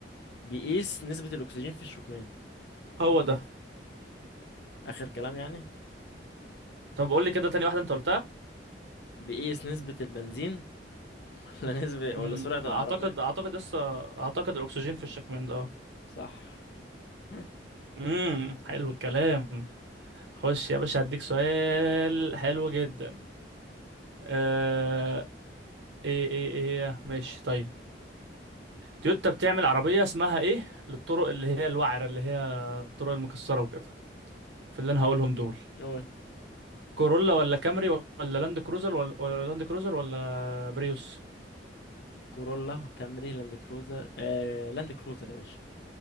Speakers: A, on the left; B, on the right.
A: بيقيس نسبة الأكسجين في الشكمان
B: هو ده
A: آخر كلام يعني
B: طب قول لي كده تاني واحده انت قلتها
A: بيقيس نسبة البنزين <laughs> ولا نسبة
B: مم،
A: ولا سرعة العربية
B: اعتقد اعتقد لسه اعتقد الاكسجين في الشكمان ده
A: صح <laughs>
B: امم حلو الكلام خش يا باشا هديك سؤال حلو جدا آه... ايه ايه ايه إيه. ماشي طيب تويوتا بتعمل عربية اسمها ايه للطرق اللي هي الوعرة اللي هي الطرق المكسرة وكده في اللي انا
A: مم.
B: هقولهم دول
A: قول
B: كورولا ولا كامري ولا لاند كروزر ولا, ولا لاند كروزر ولا بريوس
A: كورولا كامري لاند كروزر آه لاند كروزر يا باشا